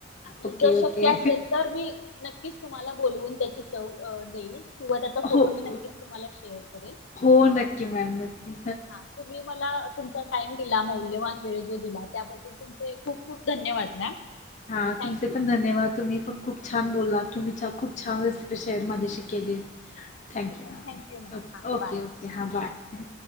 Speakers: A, on the left (about 75°); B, on the left (about 35°).
A: आणि
B: ओके
A: जर शक्य
B: ओके
A: असेल तर मी नक्कीच तुम्हाला बोलवून त्याची चव देईल. किंवा त्याचा फोटो
B: हो हो
A: मी नक्कीच तुम्हाला शेअर करेन
B: हो,
A: अ
B: नक्की मॅम नक्की
A: हा तुम्ही मला तुमचा टाइम दिला मौल्यवान वेळ जो दिला, त्याबद्दल तुमचे खूप-खूप धन्यवाद मॅम.
B: हा,
A: थँक्यू
B: तुमचे पण धन्यवाद तुम्ही प खूप छान बोलला, तुम्ही खूप छान रेसिपी शेअर माझ्याशी केली.
A: ठीक
B: थँक्यू
A: आहे
B: मॅम,
A: थँक्यू
B: ओके-ओके-ओके,
A: हां बाय
B: हां बाय.